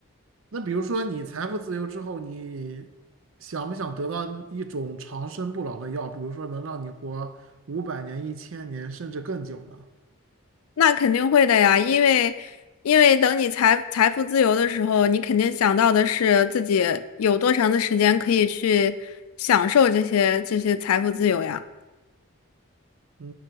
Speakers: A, on the right; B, on the left.
A: 那比如说你财富自由之后，你想不想得到一种长生不老的药？比如说能让你活五百年、一千年，甚至更久呢？
B: 那肯定会的呀，因为因为等你财财富自由的时候，你肯定想到的是自己有多长的时间可以去享受这些这些财富自由呀。
A: 嗯，